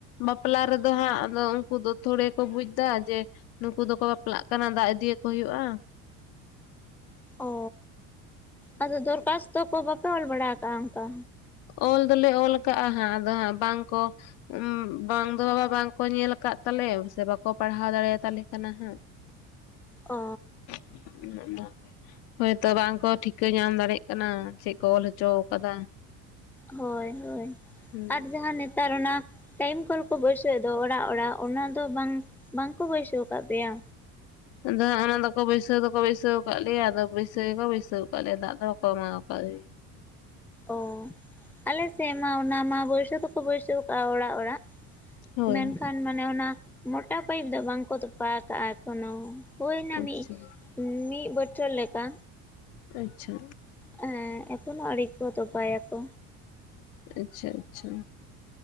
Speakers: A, on the left; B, in the centre.
A: ᱵᱟᱯᱞᱟ ᱨᱮᱫᱚ ᱦᱟᱸᱜ ᱟᱫᱚ ᱩᱱᱠᱩ ᱫᱚ ᱛᱷᱚᱲᱮ ᱠᱚ ᱵᱩᱡ ᱫᱟ ᱡᱮ ᱱᱩᱠᱩ ᱫᱚᱠᱚ ᱵᱟᱯᱞᱟᱜ ᱠᱟᱱᱟ ᱫᱟᱜ ᱤᱫᱤᱭᱟᱠᱚ ᱦᱩᱭᱩᱜᱼᱟ᱾
B: ᱚ ᱟᱫᱚ ᱫᱚᱨᱠᱟᱷᱟᱥᱛᱚ ᱠᱚ ᱵᱟᱯᱮ ᱚᱞ ᱵᱟᱲᱟ ᱠᱟᱜᱼᱟ ᱚᱱᱠᱟ
A: ᱚᱞ ᱫᱚᱞᱮ ᱚᱞ ᱠᱟᱜᱼᱟ ᱦᱟᱸᱜ ᱟᱫᱚ ᱦᱟᱸᱜ ᱵᱟᱝ ᱠᱚ ᱩᱸ ᱵᱟᱝ ᱫᱚ ᱵᱟᱵᱟ ᱵᱟᱝ ᱠᱚ ᱧᱮᱞ ᱟᱠᱟᱫ ᱛᱟᱞᱮ ᱥᱮ ᱵᱟᱠᱚ ᱯᱟᱲᱦᱟᱣ ᱫᱟᱲᱮ ᱟᱛᱟᱞᱮ ᱠᱟᱱᱟ ᱦᱟᱸᱜ <inaudible>
B: ᱚ
A: <unintelligible> ᱦᱳᱭᱛᱚ ᱵᱟᱝᱠᱚ ᱴᱷᱤᱠᱟᱹ ᱧᱟᱢ ᱫᱟᱲᱮᱭᱟᱜ ᱠᱟᱱᱟ ᱪᱮᱜ ᱠᱚ ᱚᱞ ᱦᱚᱪᱚ ᱠᱟᱫᱟ᱾
B: ᱦᱳᱭ ᱦᱳᱭ
A: ᱦᱩᱸ
B: ᱟᱨ ᱡᱟᱦᱟᱸ ᱱᱮᱛᱟᱨ ᱚᱱᱟ ᱴᱟᱭᱤᱢ ᱠᱚᱞ ᱠᱚ ᱵᱟᱹᱭᱥᱟᱹᱣ ᱫᱚ ᱚᱲᱟᱜ ᱚᱲᱟᱜ ᱚᱱᱟ ᱫᱚ ᱵᱟᱝ ᱵᱟᱝᱠᱚ ᱵᱟᱹᱭᱥᱟᱹᱣ ᱠᱟᱜ ᱯᱮᱭᱟ?
A: ᱟᱫᱚ ᱦᱟᱸᱜ ᱚᱱᱟ ᱫᱚᱠᱚ ᱵᱟᱹᱭᱥᱟᱹᱣ ᱫᱚᱠᱚ ᱵᱟᱹᱭᱥᱟᱹᱣ ᱠᱟᱜ ᱞᱮᱭᱟ ᱟᱫᱚ ᱵᱟᱹᱭᱥᱟᱹᱣ ᱜᱮᱠᱚ ᱵᱟᱹᱭᱥᱟᱹᱣ ᱠᱟᱜ ᱞᱮᱭᱟ ᱫᱟᱜ ᱫᱚ ᱵᱟᱠᱚ ᱮᱢᱟᱶ ᱠᱟᱜ ᱞᱮᱭᱟ᱾
B: ᱚ ᱟᱞᱮ ᱥᱮᱫ ᱢᱟ ᱚᱱᱟ ᱢᱟ ᱵᱟᱹᱭᱥᱟᱹ ᱛᱮᱠᱚ ᱵᱟᱹᱭᱥᱟᱹᱣ ᱟᱠᱟᱟᱜᱼᱟ ᱚᱲᱟᱜ ᱚᱲᱟᱜ᱾
A: ᱦᱳᱭ
B: ᱢᱮᱱᱠᱷᱟᱱ ᱢᱟᱱᱮ ᱚᱱᱟ ᱢᱳᱴᱟ ᱯᱟᱭᱤᱯ ᱫᱚ ᱵᱟᱝᱠᱚ ᱛᱚᱯᱟ ᱠᱟᱜᱼᱟ ᱮᱠᱷᱚᱱᱚ ᱾ ᱦᱳᱭ ᱱᱟ
A: ᱟᱪᱪᱷᱟ
B: ᱢᱤᱜ ᱢᱤᱜ ᱵᱚᱴᱷᱚᱞ ᱞᱮᱠᱟ᱾
A: ᱟᱪᱪᱷᱟ
B: ᱦᱮᱸ ᱮᱠᱷᱚᱱᱚ ᱟᱹᱲᱤ ᱠᱚ ᱛᱚᱵᱟᱭᱟᱠᱚ᱾
A: ᱟᱪᱪᱷᱟ ᱟᱪᱪᱷᱟ